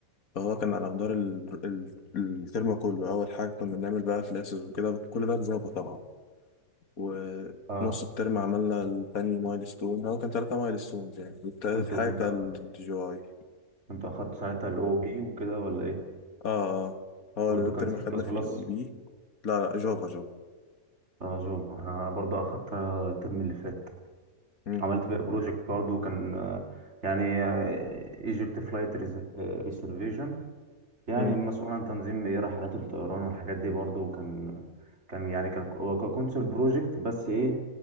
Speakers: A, on the left (about 70°); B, on the right (about 50°).
A: فهو كان على مدار ال... ال... الترم كله اول حاجه كنا بنعمل بقى كلاسز وكده كل ده بجافا طبعا وفي
B: اه
A: نص الترم عملنا التاني مايلستون هو كان تلاتة مايلستونز يعني والتالت
B: كنت
A: حاجه
B: كنت
A: كان
B: آه.
A: الجي اي
B: كنت اخدت ساعتها الاو بي وكده ولا ايه
A: اه اه هو
B: برضه
A: ده الترم
B: كان سي
A: خدنا
B: بلس
A: فيه
B: بلس
A: الاو بي لا لا جافا جافا
B: اه جو انا برضه اخدتها الترم اللي فات
A: مم.
B: عملت بيها بروجكت برضه كان آه، يعني ايجيبت فلايت ريزرفيشن يعني
A: مم.
B: مسؤول عن تنظيم ايه رحلات الطيران والحاجات دي برضو كان كان يعني كك- هو ككونسول بروجكت بس ايه